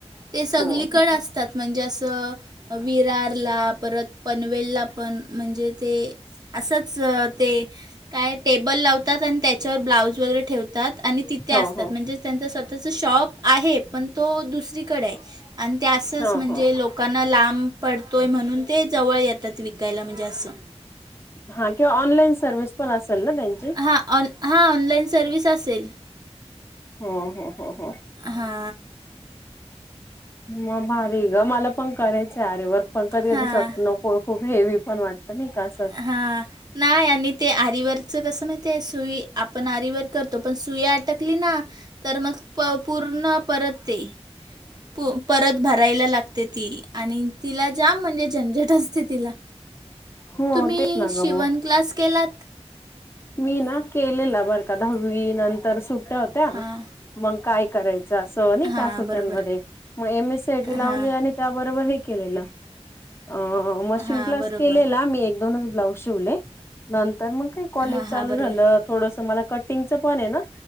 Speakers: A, on the right (about 35°); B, on the left (about 25°).
A: ते सगलीकडे
B: हो. हो हो.
A: असतात. म्हणजे अस विरारला परत पनवेलला पण म्हणजे ते. असच ते काय टेबल लावतात आणि त्याच्यावर ब्लाऊज वगैरे ठेवतात. आणि तिथे
B: हो
A: असतात
B: हो
A: म्हणजे त्यांचा स्वतःच शॉप आहे पण तो दुसरीकडे आहे. आणि ते असच
B: हो
A: म्हणजे
B: हो
A: लोक लोकांना लांब पडतोय म्हणून ते जवळ येतात विकायला म्हणजे असं
B: हां किंवा ऑनलाईन सर्व्हिस पण असेल ना त्यांची?
A: हां ऑन हां ऑनलाईन सर्विस असेल.
B: हम्म हम्म हम्म हम्म.
A: हा
B: मग भारी ग मला पण करायचंय अरे वर्क. पण कधी
A: हां
B: कधीस वाट नको खूप हेवी पण वाटत नाही का असं.
A: हां. नाही आणि ते आरीवरचं कसं माहित आहे, सुई आपण आरीवर करतो पण सुई अटकली ना तर मग प पूर्ण परत ते पु परत भरायला लागते ती आणि तिला जाम म्हणजे झंझट असते तिला
B: हो
A: तुम्ही
B: तेच ना
A: शिवण
B: ग मग
A: क्लास केलात?
B: मी ना केलेला बरं का दहावी नंतर सुट्टया हो त्या,
A: हां.
B: मग काय करायचं असं नाही
A: हां,
B: का सुट्यांमध्ये
A: बरोबर.
B: मग M S C I T लावली
A: हां.
B: आणि त्याबरोबर हे केलेलं, अह मशिन
A: हां,
B: क्लास
A: बरोबर.
B: केलेला मी एक दोनच ब्लाउज शिवले नंतर मग काय कॉलेज
A: हां,
B: चालू
A: हां, बरोबर.
B: झालं, थोडस मला कटींगच पण आहे ना